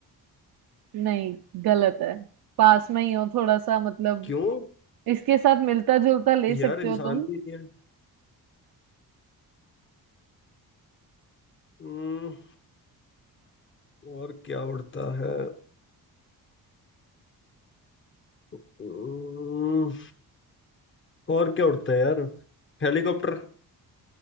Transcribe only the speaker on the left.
क्यों
यार इंसान
भी नहीं है हम्म, और क्या उड़ता है हम्म, और क्या उड़ता है यार हेलीकॉप्टर